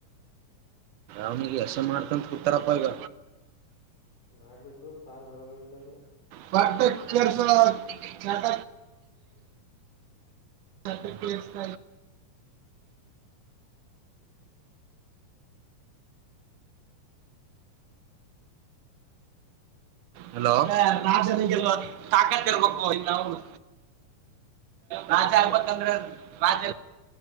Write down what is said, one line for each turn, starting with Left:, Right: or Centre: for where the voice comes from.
Right: ಅವ್ನಿಗೆ ಅಸಯ್ಯ ಮಾಡಕೊಂತ ಕುತಾರಪ್ಪ ಈಗ
Left: ಮಾಡ್ಲಿ ಬಿಡು ಪಾರ್ ಬರಬರಿಲ್ಲದು
Right: ಪಾಟ ಕೆರ್ಸ ನಾಟ ಹಕ್ಕೆ ಎಸ್ತ ಹಲೋ ನಾ ತಾಕತ್
Left: ಹಾ
Right: ಇರ್ಬೇಕು ನಿನ್ನವನು ರಾಜ ಆಗಬೇಕಂದ್ರ ರಾಜ,